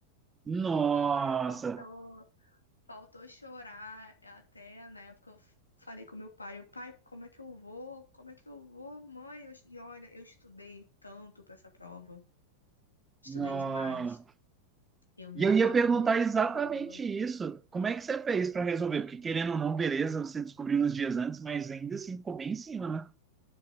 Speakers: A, on the right; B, on the left.
A: Nossa,
B: Olha, faltou. Faltou chorar até na época eu f- falei com meu pai, o pai, como é que eu vou? Como é que eu vou, mãe? Eu, e olha, eu estudei tanto para essa prova, estudei
A: nossa.
B: demais. Eu virava
A: E eu ia perguntar
B: à noite
A: exatamente
B: estudando.
A: isso. Como é que você fez para resolver? Porque querendo ou não, beleza, você descobriu uns dias antes, mas ainda assim ficou bem em cima, né?